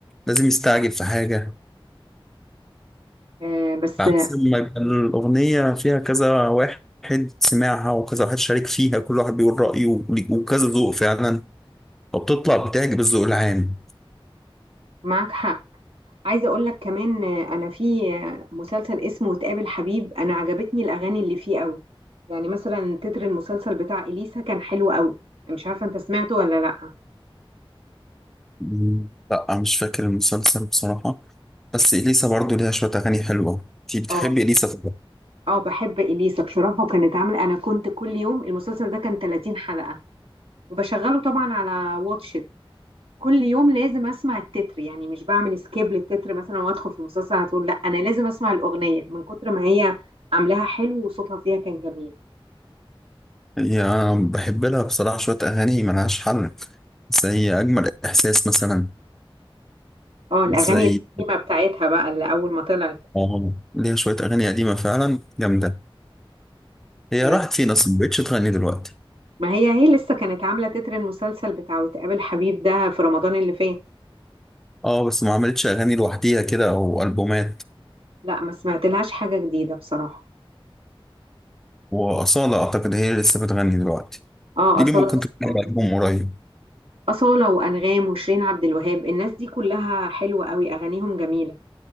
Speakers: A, in the centre; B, on the right.
A: لازم يستعجل في حاجة
B: آه، بس
A: عكس ما يبقى الأغنية فيها كذا واحد سمعها وكذا واحد شارك فيها كل واحد بيقول رأيه وكذا ذوق فعلا وبتطلع بتعجب الذوق العام
B: معاك حق عايزه اقول لك كمان آه، انا في آه، مسلسل اسمه وتقابل حبيب انا عجبتني الاغاني اللي فيه قوي يعني مثلا تتر المسلسل بتاع اليسا كان حلو قوي مش عارفه انت سمعته ولا لا
A: مم. لا مش فاكر المسلسل بصراحة بس إليسا برضو ليها شوية أغاني حلوة أنتي بتحبي
B: اه
A: إليسا طبعا
B: اه بحب اليسا بصراحه وكانت عامله انا كنت كل يوم المسلسل ده كان 30 حلقه وبشغله طبعا على واتشت كل يوم لازم اسمع التتر يعني مش بعمل سكيب للتتر مثلا وادخل في المسلسل على طول لا انا لازم اسمع الاغنيه من كتر ما هي عاملاها حلو وصوتها فيها كان جميل
A: هي بحب لها بصراحة شوية أغاني ملهاش حل زي أجمل إحساس مثلا
B: اه الاغاني
A: زي
B: القديمه بتاعتها بقى اللي اول ما طلعت
A: آه ليها شوية أغاني قديمة فعلا جامدة هي
B: آه،
A: راحت فين أصلا مبقتش تغني دلوقتي
B: ما هي هي لسه كانت عامله تتر المسلسل بتاع وتقابل حبيب ده في رمضان اللي فات
A: اه بس ما عملتش اغاني لوحديها كده او البومات
B: لا ما سمعت لهاش حاجه جديده بصراحه
A: واصاله اعتقد هي اللي لسه بتغني دلوقتي
B: اه
A: دي
B: اصاله
A: اللي ممكن
B: لسه
A: تكون
B: موجودة.
A: عاملة البوم قريب
B: اصاله وانغام وشيرين عبد الوهاب الناس دي كلها حلوه قوي اغانيهم جميله